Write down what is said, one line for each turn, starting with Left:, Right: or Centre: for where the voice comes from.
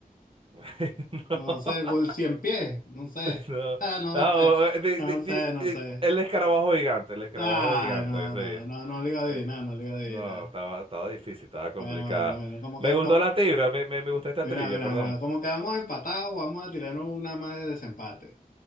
Right: <laughs> No,
Left: No sé, o el cien pies. No sé.
Right: no.
Left: Ah, no
Right: Ah,
Left: me sé.
Right: o- eh, di-
Left: No
Right: di-
Left: sé,
Right: di-
Left: no
Right: eh,
Left: sé.
Right: el escarabajo gigante, el escarabajo
Left: Ay,
Right: gigante,
Left: no,
Right: sí.
Left: no, no, no lo iba a adivinar,
Right: Eh,
Left: no lo iba a adivinar.
Right: no, estaba, estaba difícil, estaba complicada.
Left: Bueno, bueno, bueno, como
Right: Me
Left: que,
Right: gustó
Left: co-
Right: la tibra, me, me, me gustó esta
Left: mira,
Right: trivia,
Left: mira,
Right: perdón.
Left: mira, como quedamos empatados, vamos a tirarnos una más de desempate.